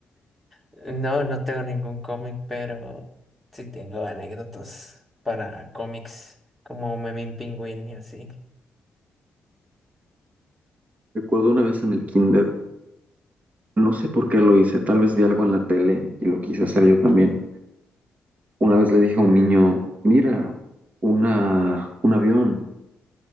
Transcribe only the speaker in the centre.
no, no tengo ningún cómic, pero sí tengo anécdotas para cómics, como Memín Pingüín y así.